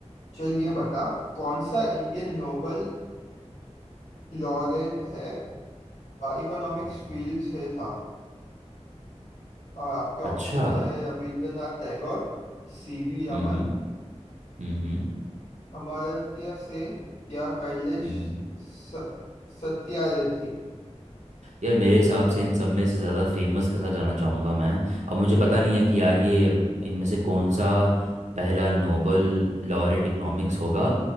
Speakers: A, on the left; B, on the right.
A: चलिए बता कौन सा इंडियन नोबल लॉरेट है इकोनॉमिक्स
B: हम्म,
A: फील्ड से था और आपके ऑप्शंस
B: अच्छा
A: है रविंद्रनाथ टैगोर सी वी रमन
B: हम्म हम्म हम्म
A: अमर्त्य सेन या कैलेश
B: हम्म।
A: स- सत्यार्थी
B: यार मेरे हिसाब से इन सब में से ज़्यादा फेमस के साथ जाना चाहूँगा मैं अब मुझे पता नहीं है कि यार ये अम, इनमें से कौन सा पहला नोबल लॉरेट इकोनॉमिक्स होगा